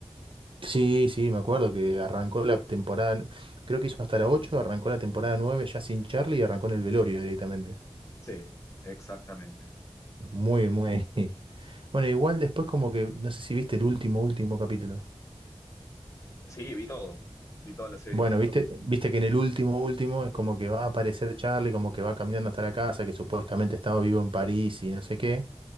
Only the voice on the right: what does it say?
sí, sí, me acuerdo que arrancó la temporada, n- creo que hizo hasta la 8, arrancó la temporada 9 ya sin Charlie y arrancó en el velorio directamente.
Muy, muy. <laughs> Bueno, igual después como que, no sé si viste el último, último capítulo.
Bueno, viste, viste que en el último, último es como que va a aparecer Charlie, como que va caminando hasta la casa, que supuestamente estaba vivo en París y no sé qué,